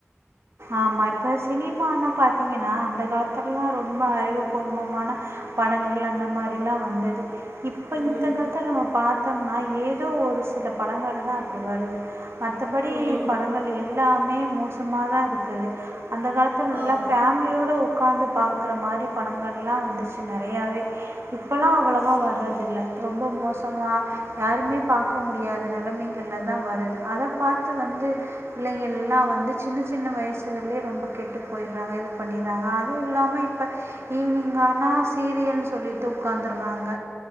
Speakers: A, on the right (about 65°); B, on the right (about 40°).
A: ஆமா இப்போ சினிமானு பாத்தீங்னா அந்த காலத்துல எல்லா ரொம்ப அறிவுபூர்வமான படங்கள் அந்த மாதிரிலா வந்தது இப்ப
B: ம்.
A: இந்த காலத்ல நம்ம பாத்த பாத்தம்னா ஏதோ ஒரு சில படங்கள் தா அப்டி வருது மத்தபடி
B: ம்.
A: படங்கள் எது எல்லாமே மோசமாக தா இருக்கு க்குது அந்த காலத்துல நல்லா
B: ஆமா.
A: ஃபேமிலியோட ஒக்காந்து பாக்குற மாரி படங்கள் எல்லா வந்துச்சு நெறயாவே இப்பல்லா அவ்வளவா வர்றதில்ல ரொம்ப மோசமா யாருமே பாக்க முடியாத நெலமைகள்ல தா வருது அத பாத்து வந்து பிள்ளைங்கள் எல்லா வந்து சின்ன சின்ன வயசு சில பேர் ரொம்ப கெட்டு போயிறாங்க இது பண்ணிறாங்க அதுவு இல்லாம இப்ப ஈவினிங்கானா சீரியல்னு சொல்லிட்டு ஒக்காந்துறாங்க